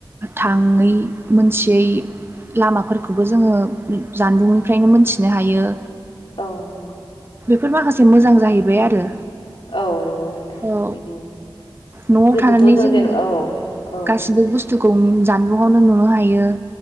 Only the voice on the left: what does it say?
औ नंगौ।
औ नंगौ नोंथां
बिदिनो।
गोदोथ'
जों
जेनेबा औ औ